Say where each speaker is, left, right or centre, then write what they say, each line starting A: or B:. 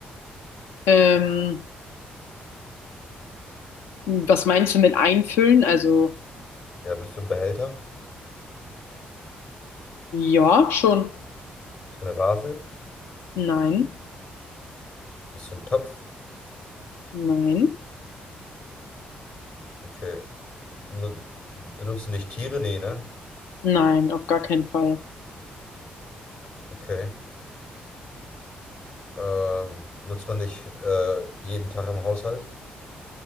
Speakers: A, on the left; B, on the left.
A: Ähm, was meinst du mit einfüllen? Also
B: Ja, bist du ein Behälter?
A: ja, schon.
B: Bist du eine Vase?
A: Nein,
B: Bist du ein Topf?
A: nein,
B: Okay. Nu- Benutzen dich Tiere? Nee, ne?
A: nein, auf gar keinen Fall.
B: Okay. Ähm, nutzt man dich äh, jeden Tag im Haushalt?